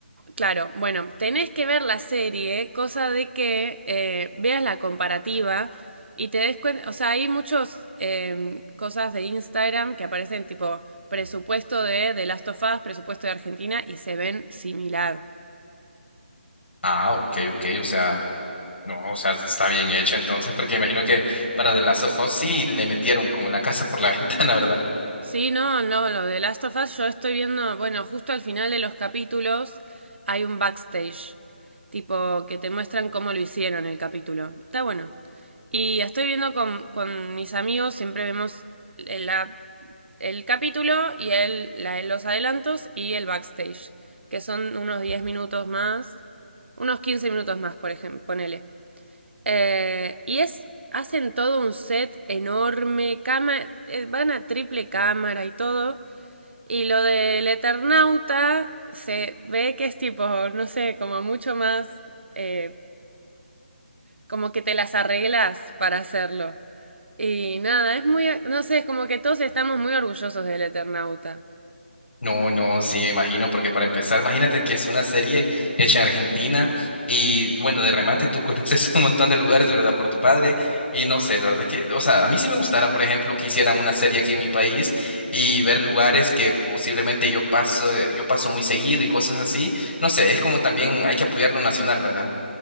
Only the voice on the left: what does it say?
Ah, ok, ok, o sea. No, o sea, está bien hecho entonces, porque imagino que para The Last of Us sí le metieron como la casa por la <laughs> ventana, ¿verdad?
No, no, sí, me imagino, porque para empezar, imagínate que es una serie hecha en Argentina y bueno, de remate tú <laughs> conoces un montón de lugares, ¿verdad? Por tu padre y no sé, la verdad que, o sea, a mí sí me gustara, por ejemplo, que hicieran una serie aquí en mi país y ver lugares que posiblemente yo paso, yo paso muy seguido y cosas así. No sé, es como también hay que apoyar lo nacional, ¿verdad?